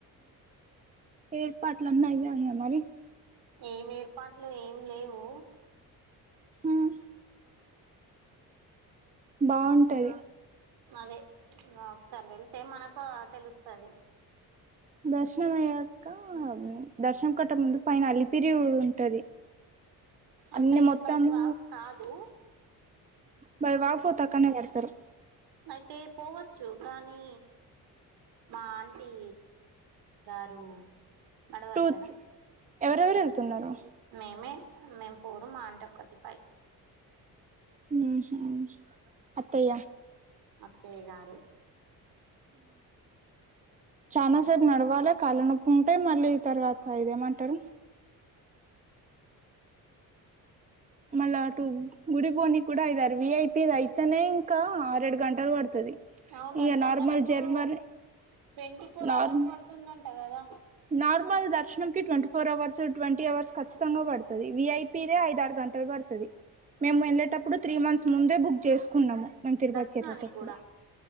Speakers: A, on the right; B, on the right.
A: ఏర్పాట్లన్ని అయ్యాయ మరి.
B: ఏం ఏర్పాట్లు ఏం లేవు
A: ఉమ్ బాగుంటది
B: అదే ఒకసారి వెళ్తే మనకు తెలుస్తుంది
A: దర్శనం అయ్యాక దర్శనం కొట్ట ముందు పైన అలిపిరి ఉంటది
B: అంటే
A: అన్ని మొత్తము
B: బై వాక్ కాదు
A: మరి రాకపోతే అట్లనే చేస్తారు
B: అయితే పోవచ్చు కానీ మా ఆంటీ గారు నాడవారు
A: టూ
B: కదా
A: ఎవరెవరు వెళ్తున్నారు
B: మేమే మేము ఫోరు మా అంటీ ఒక్కతి ఫైవ్
A: ఆహా అత్తయ
B: అత్తయ్య గారు
A: చాలా సేపు
B: ఇంకా
A: నడవాలి కాళ్ళనొప్పు ఉంటాయి మళ్ళీ తర్వాత సా ఇదేమంటారు మళ్ళా అటు గుడి పోని కూడా అయిరు విఐపిదలు అయితేనే ఇంకా ఆరేడు గంటలు పడుతది
B: అవునంట
A: ఇగ నార్మల్
B: కానీ ఇప్పుడు
A: జర్మన్
B: ట్వంటీ ఫోర్
A: నార్మ్
B: అవర్స్ పడుతుందంట కదా
A: నార్మల్ దర్శనం కి twenty four hours twenty hours ఖచ్చితంగా పడుతుంది విఐ పి మిదె ఐదు ఆరు గంటలు పడుతుంది మేము వెళ్ళేటప్పుడు త్రీ మంత్స్ ముందే బుక్ చేసుకున్నాము మేమ్ తిరుపతికి
B: దర్శనానికి
A: వెళ్లేటప్పుడు
B: కూడా